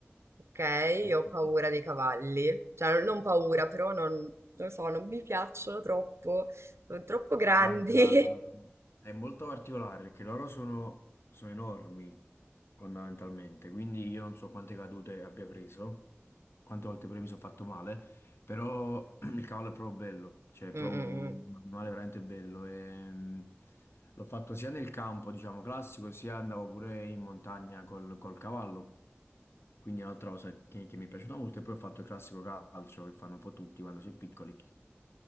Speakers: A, on the right (about 75°); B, on the left (about 65°).
A: Ok,
B: perché
A: io ho paura dei cavalli. Cioè, non non paura, però non, non lo so, non mi piacciono troppo. Sono troppo grandi.
B: Guarda, è molto particolare perché loro sono, sono enormi fondamentalmente, quindi io non so quante cadute abbia preso, quante volte pure mi sono fatto male, però <clears throat> il cavallo è proprio bello, cioè
A: <laughs>
B: è
A: Mm,
B: proprio
A: mm,
B: un
A: mm.
B: animale veramente bello. e, mh, l'ho fatto sia nel campo, diciamo, classico, sia andavo pure in montagna col, col cavallo, quindi è un'altra cosa che, che mi è piaciuta molto e poi ho fatto il classico calcio che fanno un po' tutti quando si è piccoli.